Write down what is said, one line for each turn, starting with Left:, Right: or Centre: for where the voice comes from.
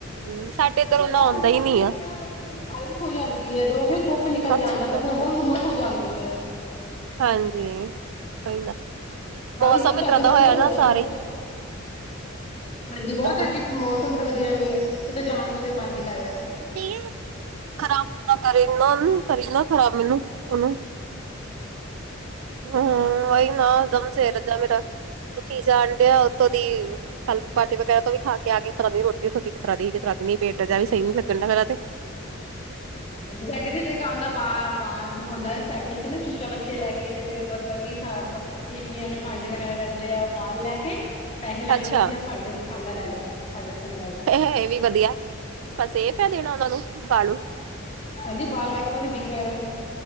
Right: ਹਮ। ਸਾਡੇ ਇੱਧਰ ਓਨਾ
Left: ਮੌਸਮ
Right: ਆਉਂਦਾ
Left: ਵੀ
Right: ਹੀ ਨੀ
Left: ਠੀਕ
Right: ਆ
Left: ਹੈ। ਬਸ ਵੀ ਬਾਰਿਸ਼ ਹੋ ਜਾਂਦੀ। ਫੇਰ ਧੁੱਪ ਨਿਕਲ
Right: ਸਭ
Left: ਜਾਂਦਾ।
Right: ਚਿੱਕੜ
Left: ਤੇ ਫੇਰ
Right: ਦੇ
Left: ਹੋਰ ਹੁੰਮਸ ਹੋ ਜਾਂਦੀ ਹੈ।
Right: ਹਾਂਜੀ ਕੋਈ ਨਾ।
Left: ਬਾਰਿਸ਼
Right: ਮੌਸਮ
Left: ਵੀ ਚੱਜ
Right: ਇੱਤਰਾ
Left: ਨਾਲ
Right: ਦਾ ਹੋਇਆ
Left: ਨਹੀਂ ਹੋਣ
Right: ਨਾ
Left: ਡਿਆ
Right: ਸਾਰੇ ਹੀ
Left: ਹਾਂਜੀ ਬਹੁਤ
Right: ਹੰਮ
Left: ਅਜੀਬ ਮੌਸਮ ਤੇ ਵਧੀਆ ਨਹੀਂ ਕਿਤੇ ਜਾਣ ਦਾ ਵੀ ਮਨ ਨੀ ਕਰ ਰਿਹਾ
Right: <unintelligible> ਖਰਾਬ ਹੁੰਦਾ ਕਰੀ ਨਾ ਉਹਨੂੰ ਕਰੀ ਨਾ ਖਰਾਬ ਮੈਨੂੰ ਉਹਨੂੰ ਹਮ ਵਹੀ ਨਾ ਦਮ ਸੇ ਰਜਾ ਮੇਰਾ। ਦੁਖੀ ਜਾਣਦੇ ਆ ਉੱਤੋਂ ਦੀ ਕਲ ਪਾਰਟੀ ਵਗੈਰਾ ਤੋਂ ਵੀ ਖਾ ਕੇ ਆ ਕੇ ਤਾਂ ਦੀ ਰੋਟੀ ਉੱਥੋਂ ਦੀ ਕਿਸ ਤਰ੍ਹਾਂ ਦੀ ਕਿ ਤਰ੍ਹਾਂ ਨਹੀ ਪੇਟ ਜਿਹਾ ਵੀ ਨਹੀਂ ਸਹੀ ਲੱਗਣ ਦਿਆ ਮੇਰਾ ਤੇ।
Left: ਹਾਂਜੀ ਸਾਡੇ ਇਥੇ ਇੱਕ ਆਉਂਦਾ ਬ ਬ ਆਉਂਦਾ ਸਾਈਕਲ ਚ ਨਾ ਚੂਚਾ ਬਾ ਪਥੇ ਲੈ ਕੇ ਤੇ ਫਰ ਬਰਤਨ ਦੀ ਇਚਲੀਆਂ ਦੇ ਭਾਂਡੇ ਵਗੈਰਾ ਰਹਿੰਦੇ ਆ ਬਾਲ ਲੈ ਕੇ ਪੈਹ ਲੈ
Right: ਅੱਛਾ
Left: ਲਓ ਤੁਸੀਂ। ਭਾਂਡੇ- ਭਾਂਡਾ ਲੈ ਲਓ ਭਾਂਡਾ, ਟਾਂਡਾ ਲੈ ਲੋ।
Right: ਇਹ ਵੀ ਵਧੀਆ ਬਸ ਇ ਫੇਦੇ ਉਹਨਾ ਨੂੰ ਬਾਲੂ
Left: ਹਾਂਜੀ ਬਾਲ ਲੈ ਕੇ ਭਾਵੇ ਵਿਗ ਵਗੈਰਾ